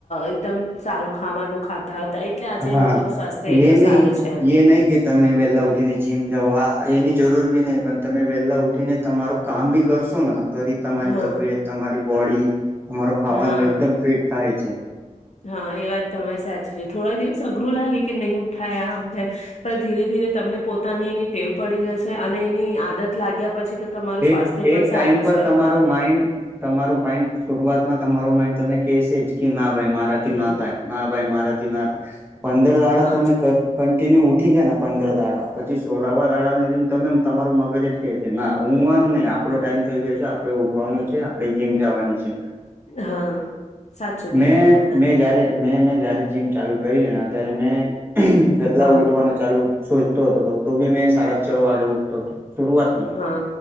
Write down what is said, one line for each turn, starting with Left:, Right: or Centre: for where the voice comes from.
Left: એકદમ સારું ખાવાનું ખાતા. હતા એટલે આજે
Right: હા
Left: એ લોકોનું સ્વાસ્થ્ય એટલું
Right: એ નહી
Left: સારું છે
Right: એ નહ કે તમે વહેલા ઉઠીને જીમ જાઓ આ એની જરૂર ભી નહીિ પણ તમે. વેલા ઉઠી ને તમારું કામ બી કરશો ને. તરી તમારી
Left: હા
Right: તબિયત તમારી બોડી તમારો ખાવાનું
Left: હા
Right: એકદમ ફિટ થાય છે.
Left: હા એ વાત તમે સાચી છે થોડા દિવસ અઘરું લાગે કે નહીં ઉઠાયા આમ તેમ પણ ધીરે ધીરે તમને પોતાને એની ટેવ પડી જશે અને એની આદત લાગ્યા. પછી તો તમારું સ્વાસ્થ્ય
Right: એક
Left: પણ
Right: એક ટાઈમ
Left: સારું
Right: પર
Left: છે
Right: તમારો માઇન્ડ તમારું પાઇન્ડ શરૂઆતમાં તમારું માઇન્ડ. તમે કહેસે જ કે ના. ભાઈ મારાથી
Left: હમ
Right: ના થાય ના ભાઈ મારાથી. જેના. પંદર વાડા
Left: હા
Right: તમે. તે ઉઠી ગયા ને પંદર દાડા પછી સોલાવા દાડા ને તમે તમારું મગજ કે છે ના. હું વાનું નઈ આપડો ટાઈમ થઈ ગયો છે આપડ. આપ જીમ જવાની છે
Left: હા સાચું કીધું
Right: મે
Left: તમે
Right: મે જારે મે. જયારે જીમ ચાલુ કરી ત્યારે. અનેં પહેલા
Left: હા
Right: ઉઠવાનું ચાલુ. સોચતો હતો તો બી મેં સાડા છ વાગે ઉઠતો હતોું. શરૂઆતમાં.
Left: હા